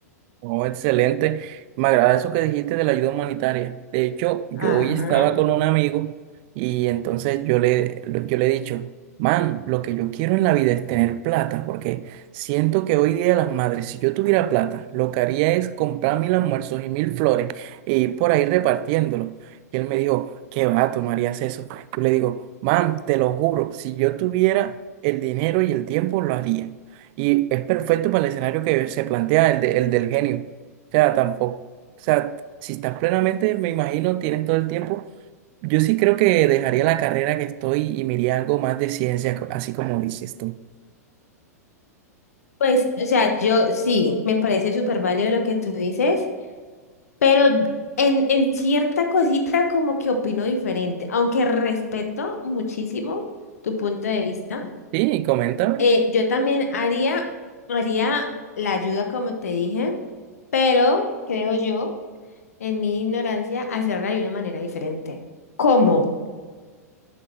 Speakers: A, on the right; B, on the left.
A: Oh, excelente. Me agrada eso que dijiste de la ayuda humanitaria. De hecho, yo
B: Ajá.
A: hoy estaba con un amigo y entonces yo le, lo- yo le he dicho, man, lo que yo quiero en la vida es tener plata, porque siento que hoy día las madres, si yo tuviera plata, lo que haría es comprar mil almuerzos y mil flores e ir por ahí repartiéndolo. Y él me dijo, qué va, tú no harías eso. Yo le digo, man, te lo juro, si yo tuviera el dinero y el tiempo, lo haría. Y es perfecto para el escenario que se plantea, el, de- el del genio. O sea, tampoco. O sea, si estás plenamente, me imagino, tienes todo el tiempo. Yo sí creo que dejaría la carrera que estoy y me iría a algo más de ciencia, co- así como dices tú.
B: Pues, o sea, yo sí, me parece súper válido lo que tú dices. Pero en, en cierta cosita como que opino diferente, aunque respeto muchísimo tu punto de vista.
A: Sí, coméntame.
B: Eh, yo también haría, haría la ayuda como te dije, pero creo yo, en mi ignorancia, hacerla de una manera diferente. ¿Cómo?